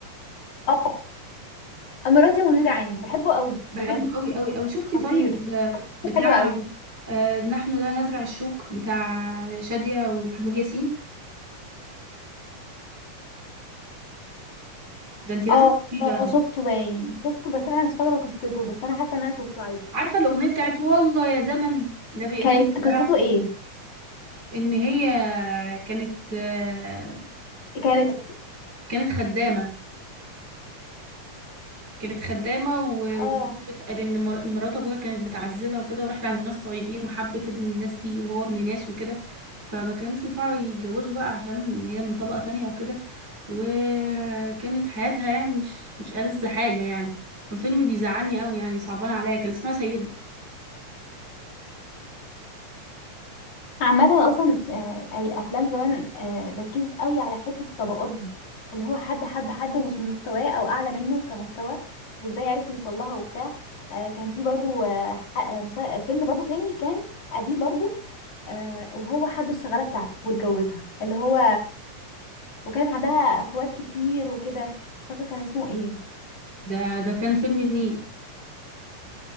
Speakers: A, on the left (about 60°); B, on the right (about 30°).
A: اه مراتي مدير عام بحبه قوي بجد
B: بحبه قوي قوي قوي شفتي
A: خطير
B: طيب آه، بتاع
A: حلو قوي
B: آه، نحن لا نزرع الشوك بتاع شادية ومحمود ياسين ده انت لازم
A: اه
B: تسيبي
A: اه
B: بقى
A: شفته باين شفته بس انا مش فاكرة قصته بس انا حاسة ان انا شفته عادي
B: عارفه الاغنيه بتاعت والله يا زمن ده بايديك
A: كانت
B: الدرع
A: قصته ايه
B: ان هي كانت آه،
A: كانت
B: كانت خدامه كانت خدامه و-
A: اه
B: وبتقال ان مر- مرات ابوها كانت بتعذبها وكده وراحت عند ناس طيبين وحبت ابن الناس دي وهو ابن ناس وكده فما كانوش ينفعوا يتجوزوا بقى عشان هي من طبقه تانية وكده وكانت حياتها يعني مش مش ألذ حاجه يعني ففيلم بيزعلني قوي يعني صعبان عليا كان اسمها سيده
A: عامة أصلا آه، أي أفلام زمان آه، ركزت قوي على حتة الطبقات دي اللي هو حد حب حد ومش من مستواه أو أعلى منه كمستوى وإزاي عرف يوصل لها وبتاع آه، كان في برضو آه، ح- آه، مسا- فيلم برضو تاني كان قديم برضو آه، وهو حب الشغالة بتاعته واتجوزها اللي هو وكانت عندها أخوات كتير وكده مش فاكرة كان اسمه ايه
B: ده ده كان فيلم لمين